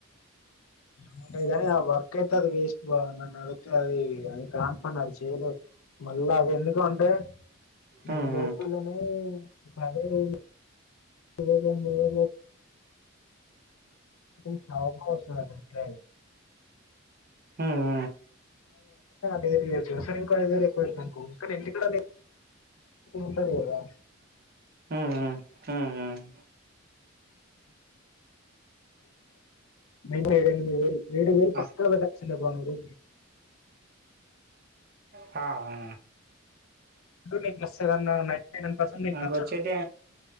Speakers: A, on the left; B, on the right.
A: అంతేగాని ఆ వర్క్ అయితే అది వేస్ట్ బావ నన్న అడిగితే అది అది కానీపని అది చేయలేదు మళ్ళా అది ఎందుకు అంటే నీకు
B: ఉమ్
A: లోకువని
B: ఉమ్
A: అదేం లేదు పదివేలు ఎనిమిది వేలు చూశాక వస్తదంట కిరాయి
B: ఉమ్
A: డేర్ చేయొచ్చు కదా సరే ఇంకో ఐదు వేయిలు ఎక్కువైందనుకో కానీ ఇంటికెళ్ల ఉంటది కదా
B: ఉమ్ ఉమ్ ఉమ్ ఉమ్
A: మినిమం ఏడ ఎనిమిది వేలు ఏడికి పోవు
B: ఆ
A: పక్క చిన్న బానురు
B: హా ఆ
A: ఇప్పుడు నీకు నచ్చితే అన్న నైన్టినైన్ పర్సంట్ నీకు
B: నాకు
A: నచ్చదు
B: వచ్చేటి